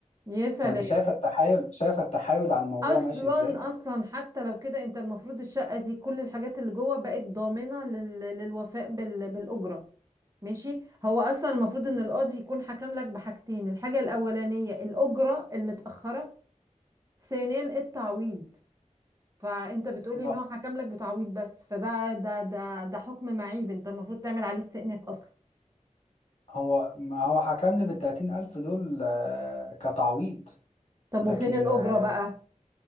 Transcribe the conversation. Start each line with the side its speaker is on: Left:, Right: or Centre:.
Right: يا سلام
Left: فانت شايفه التحايل شايفه التحايل على الموضوع
Right: اصلا
Left: ماشي ازاي
Right: اصلا حتى لو كده انت المفروض الشقه دي كل الحاجات اللي جوه بقت ضامنه لل... للوفاء بال... بالاجره ماشي هو اصلا المفروض
Left: مم.
Right: ان القاضي يكون حكم لك بحاجتين الحاجه الاولانيه الاجره المتاخره ثانيا التعويض فانت بتقولي
Left: آه،
Right: ان هو حكم لك بتعويض بس فده ده ده ده حكم معيب انت المفروض تعمل عليه استئناف اصلا
Left: هو ما هو حكم لي بالتلاتين ألف دول آه، كتعويض
Right: طب
Left: لكن
Right: وفين الاجره
Left: آه،
Right: بقى